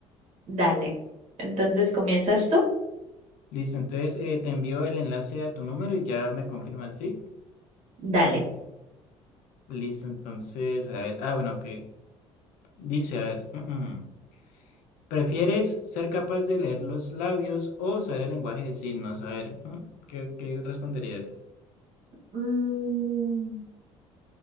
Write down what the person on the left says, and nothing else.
Listo, entonces eh, te envío el enlace a tu número y ya me confirmas, ¿sí?
Listo, entonces, a ver, ah, bueno, que dice, a ver, mm, mm. ¿prefieres ser capaz de leer los labios o saber el lenguaje de signos? A ver, mm, ¿Qué, qué responderías?